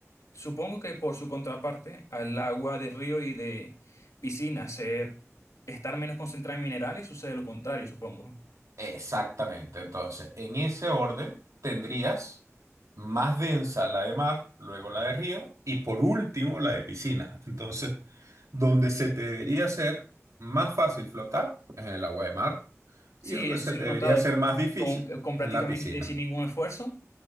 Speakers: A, on the left; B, on the right.
A: Supongo que por su contraparte, al agua de río y de piscina ser, estar menos concentrada en minerales, sucede lo contrario, supongo.
B: Exactamente. Entonces, en ese orden tendrías más densa la de mar, luego la de río y por último la de piscina. Entonces, donde se te debería hacer más fácil flotar es en el agua de mar
A: Sí,
B: y donde
A: eso
B: se
A: sí
B: te
A: lo he notado.
B: debería hacer más difícil
A: Con, con
B: en
A: prácticamente
B: la piscina.
A: sin ningún esfuerzo